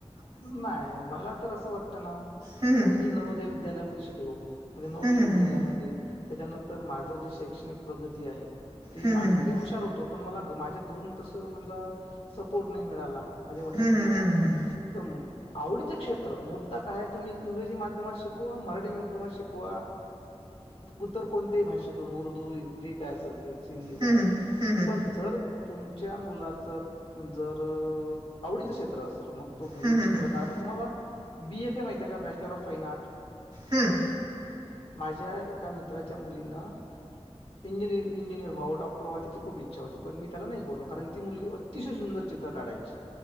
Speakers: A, on the left; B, on the right.
A: नाही मला तर असं वाटतं ना
B: हं,
A: का
B: हं.
A: मी नवोदय विद्यालयामध्ये शिकलो म्हणजे नवोदय
B: हं, हं,
A: विद्यालयामध्ये
B: हं, हं.
A: त्याच्यानंतर माझं जे शैक्षणिक प्रगती आहे ती
B: हं,
A: माझ
B: हं,
A: मी
B: हं.
A: हुशार होतो पण मला माझ्या घरून तस म्हणला सपोर्ट नाही मिळाला माझ्या वडिलांनी
B: हं, हं,
A: मला
B: हं, हं, हं.
A: तर आवडीचं क्षेत्र मुद्दा काय तुम्ही इंग्रजी माध्यमात शिकवा मराठी माध्यमात शिकवा उतर कोणत्याही भाषेतून उर्दू जे काय असेल शिधी काय
B: हं, हं, हं,
A: पण जर तुमच्या मुलाचं जर आवडीचं क्षेत्र असाल मग तो घली
B: हं, हं,
A: चित्र
B: हं,
A: काळ तर तुम्हाला बीएफ ए माहिती आहेे का बॅचलर ऑफ फाईन आर्ट
B: हम्म
A: माझ्या एका मित्राच्या मुलींना इंजिनिर व्हाव डॉक्टर व्हावं त्याची खूप इच्छा होतीण मी त्याला नाही बोल कारण ती मुली अतिशय सुंदर चित्र काढायच